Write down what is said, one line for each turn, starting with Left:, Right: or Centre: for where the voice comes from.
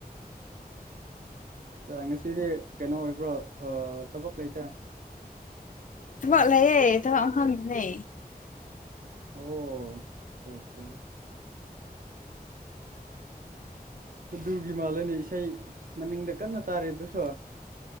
Right: ꯎꯝ ꯉꯁꯤꯗꯤ ꯀꯩꯅꯣ ꯑꯣꯏꯕ꯭ꯔꯣ ꯊꯕꯛ ꯂꯩꯇꯦ
Left: ꯊꯕꯛ ꯂꯩꯌꯦ ꯊꯕꯛ ꯃꯐꯝꯗꯅꯦ
Right: ꯑꯣ ꯑꯆꯥ ꯑꯆꯥ ꯑꯗꯨꯒꯤ ꯃꯥꯜꯂꯅꯦ ꯏꯁꯩ ꯃꯅꯤꯡꯗ ꯀꯟꯅ ꯇꯥꯔꯦ ꯗꯨꯁꯨ